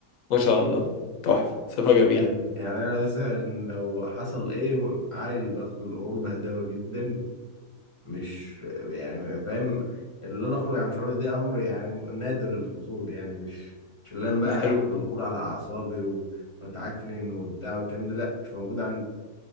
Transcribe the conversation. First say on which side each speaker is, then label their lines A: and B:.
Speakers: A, on the left (about 70°); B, on the left (about 35°).
A: ما شاء الله تحفة صفة جميلة
B: يعني يعني انا مثلا لو حصل ايه عادي باخد الامور بهداوه جدا مش يعني فاهم اللي انا اخرج عن شعوري ده امر يعني نادر الحصول يعني مش مش اللي انا بقى
A: دي حلوة
B: هاخد الامور على اعصابي و... واتعكنن وبتاع والكلام ده لا مش موجود